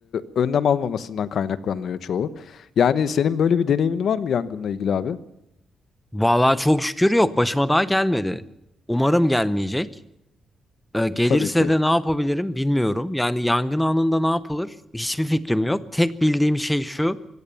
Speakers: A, on the left; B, in the centre.
A: önlem almamasından kaynaklanıyor çoğu. Yani senin böyle bir deneyimin var mı yangınla ilgili abi?
B: Vallahi çok şükür yok. Başıma daha gelmedi. Umarım gelmeyecek. Ee, gelirse
A: Tabii ki.
B: de ne yapabilirim bilmiyorum. Yani yangın anında ne yapılır? Hiçbir fikrim yok. Tek bildiğim şey şu.